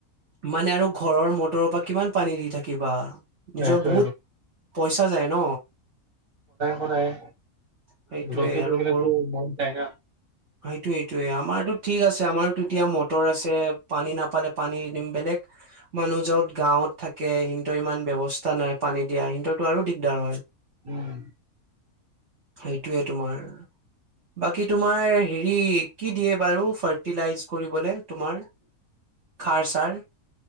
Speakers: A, on the right; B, on the right.
A: মানে আৰু ঘৰৰ ম বতৰৰ পৰা কিমান পানী দি থাকিবা
B: সেইটো
A: নিজৰ বহুত পইচা যায় ন
B: সদায়
A: সেইটোৱে
B: ৰ'দটো
A: আৰু
B: থাকিলেতো
A: বষ
B: মন যায় না।
A: সেইটো সেইটোয়ে আমাৰতো ঠিক আছে আমাৰো এতিয়া মটৰ আছে পানী নাপালে পানী দিম বেলেগ মানুহ যত গাঁৱত থাকে সিহতৰ ইমান ব্যয়ৱস্থা নাই পানী দিয়া সিহঁতৰতো আৰু দিগদাৰ হয়
B: উম
A: সেইটোৱে তোমাৰ বাকী তোমাৰ হেৰি কি দিয়ে বাৰু ফাৰ্টিলাইজ কৰিবলৈ তোমাৰ খাৰ ছাৰ